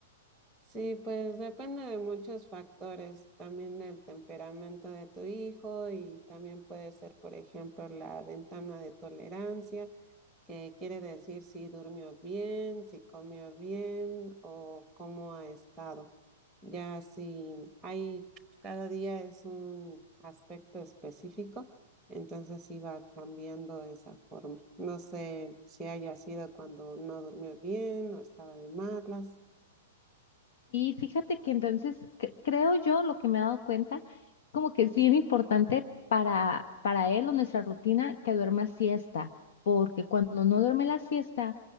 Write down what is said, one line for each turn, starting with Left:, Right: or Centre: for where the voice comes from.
Centre: Sí, pues depende de muchos factores, también del temperamento de tu hijo y también puede ser, por ejemplo, la ventana de tolerancia, que quiere decir si durmió bien, si comió bien o cómo ha estado. Ya si hay, cada día es un aspecto específico, entonces iba cambiando esa forma. No sé si haya sido cuando no durmió bien o estaba de malas.
Left: Y fíjate que entonces cre- creo yo lo que me he dado cuenta, como que es bien importante para, para él o nuestra rutina que duerma siesta, porque cuando no duerme la siesta,